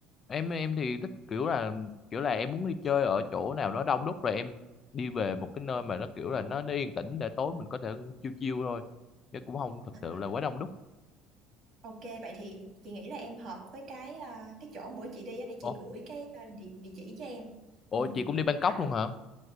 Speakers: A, on the left; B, on the right.
A: em em thì thích kiểu là kiểu là em muốn đi chơi ở chỗ nào đó đông đúc rồi em đi về một cái nơi mà nó kiểu là nó, nó yên tĩnh để tối mình có thể chill chill thôi. Chứ cũng không thật
B: à,
A: sự là quá đông đúc.
B: ok vậy thì chị nghĩ là em hợp với cái à, cái chỗ bữa chị đi á, để
A: Ồ,
B: chị gửi cái à, địa, địa chỉ cho em
A: ủa
B: ừ.
A: chị cũng đi Bangkok
B: Đó
A: luôn
B: cũng-
A: hả?